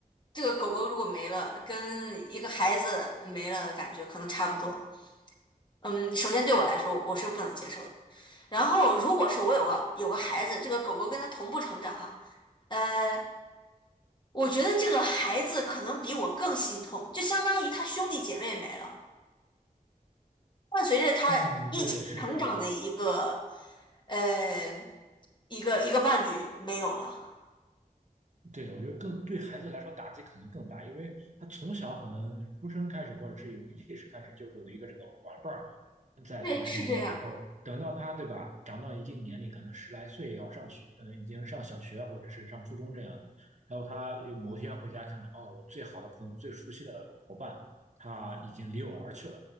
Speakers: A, on the left (about 30°); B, on the right (about 55°).
A: 这个狗狗如果没了，跟一个孩子没了感觉可能差不多。嗯，首先对我来说，我是不能接受的。然后，如果是我有个有个孩子，这个狗狗跟他同步成长哈，呃，我觉得这个孩子可能比我更心痛，就相当于他兄弟姐妹没了，伴随着他一起成长的一个
B: 嗯，对，是这样的。
A: 呃一个一个伴侣没有了。
B: 对，我觉得更对孩子来说打击可能更大，因为他从小可能出生开始，或者是有意识开始，就有一个这个玩伴儿在他的身边，
A: 对，是这样。
B: 然后等到他，对吧，长到一定年龄，可能十来岁要上学，可能已经上小学或者是上初中这样的，然后他有某天回家看到，哦，我最好的朋友、最熟悉的伙伴，他已经离我而去了，